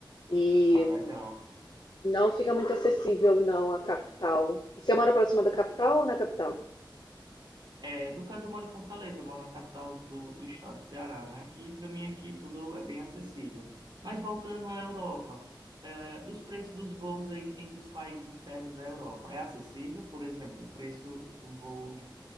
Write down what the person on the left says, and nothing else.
E
não fica muito acessível não a capital. Você mora próxima da capital ou na capital?